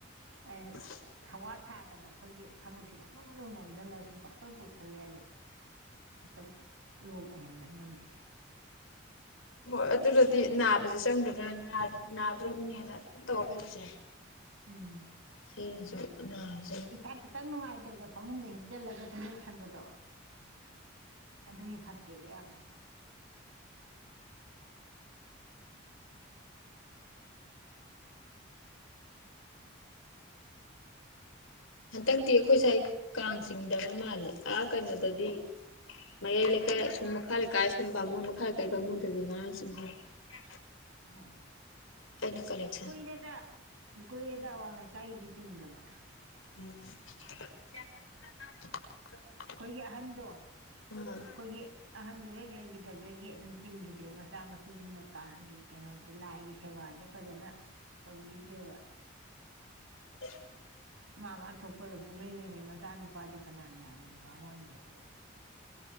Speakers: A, on the left; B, on the right.
A: <unintelligible>
B: ꯑꯦ ꯊꯋꯥ ꯁꯥꯗꯅ ꯑꯈꯣꯏꯒꯤ ꯊꯕꯛꯁꯦ ꯄꯛꯅꯣꯝꯄꯛꯅꯣꯝ ꯅꯣꯝꯖꯜꯂꯒ ꯁꯨꯝ ꯄꯥꯛꯇꯧ ꯇꯧꯁꯜꯂꯦ ꯑꯗꯩ ꯍꯦꯛꯇꯕꯛ ꯂꯣꯛꯄꯛ ꯍꯦꯟꯖꯟ ꯉꯝꯗꯦ
A: ꯍꯣꯏ ꯑꯗꯨꯒꯗꯤ ꯅꯥꯕꯖꯦ ꯆꯪꯒꯗ꯭ꯔꯥꯅ ꯅꯥꯏ ꯅꯥꯗ꯭ꯔꯣꯕꯅꯦꯅ ꯑꯗꯨꯝ ꯇꯧꯔ ꯂꯩꯕꯖꯦ
B: ꯎꯝ
A: ꯁꯤꯡꯖꯨꯛ ꯅꯥꯔꯦ
B: ꯏꯁꯥ ꯈꯤꯇꯪ ꯅꯨꯡꯉꯥꯏꯇꯕꯗ ꯐꯥꯃꯨꯡꯗ ꯍꯤꯞꯆꯜꯂꯒ ꯁꯨꯝ ꯂꯩꯁꯟꯕꯗꯣ ꯑꯗꯨꯏ ꯐꯠꯇꯦꯗ ꯌꯥꯝꯅ
A: ꯍꯟꯇꯛꯇꯤ ꯑꯩꯈꯣꯏ ꯁꯥꯏ ꯀꯥꯡ ꯆꯤꯡꯗꯅ ꯃꯥꯜꯂꯦ ꯑ ꯀꯩꯅꯣꯗꯗꯤ ꯃꯌꯥꯏ ꯂꯩꯀꯥꯏ ꯑꯁꯣꯝ ꯃꯈꯥ ꯂꯩꯀꯥꯏ ꯑꯁꯣꯝ ꯕꯥꯃꯣꯟ ꯃꯈꯥ ꯂꯩꯀꯥꯏ ꯕꯥꯃꯣꯟꯗꯗꯤ ꯉꯔꯥꯡ ꯆꯤꯡꯍꯧꯋꯤ <unintelligible>
B: ꯑꯣ ꯑꯣ
A: ꯑꯩꯅ ꯀꯥꯂꯦꯛ
B: ꯀꯨꯏꯔꯦꯗ ꯀꯨꯏꯔꯦꯗ ꯑꯋꯥꯡ ꯂꯩꯀꯥꯏꯒꯤꯗꯤ ꯆꯤꯡꯗꯕ
A: <unintelligible>
B: ꯑꯈꯣꯏꯒꯤ ꯑꯍꯟꯗꯣ
A: ꯎꯝ
B: ꯑꯈꯣꯏꯒꯤ ꯑꯍꯟꯗꯨ ꯍꯦꯛ ꯂꯩꯒꯤꯗꯕꯗꯒꯤ ꯑꯗꯨꯝ ꯆꯤꯡꯒꯤꯗ꯭ꯔꯦ ꯃꯆꯥ ꯃꯁꯨꯁꯤꯡꯅ ꯀꯥꯡꯒꯤ ꯀꯩꯅꯣꯖꯦ ꯂꯥꯏꯒꯤ ꯁꯦꯕꯥꯖꯦ ꯐꯖꯅ ꯇꯧꯕꯤꯗ꯭ꯔꯦꯕ
A: <unintelligible>
B: ꯃꯥ ꯃꯥ ꯊꯣꯛꯄꯗꯨꯝ ꯄꯩꯂꯩ ꯂꯩꯅꯩ ꯃꯆꯥ ꯅꯨꯄꯥꯗꯤ ꯐꯅꯌꯥꯝ ꯌꯥꯝꯃꯤꯅꯦ ꯕꯥꯃꯣꯟꯒꯤ ꯑꯗꯨ